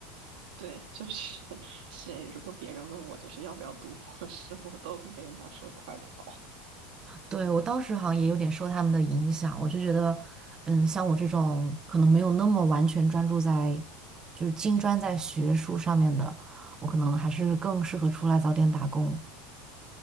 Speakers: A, on the right (about 80°); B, on the right (about 15°).
A: 对，就是 <laughs> 谁如果别人问我就是要不要读博士，<laughs> 我都会跟人家说快跑。
B: 对，我当时好像也有点受他们的影响，我就觉得，嗯，像我这种可能没有那么完全专注在，就是精专在学术上面的，我可能还是更适合出来早点打工。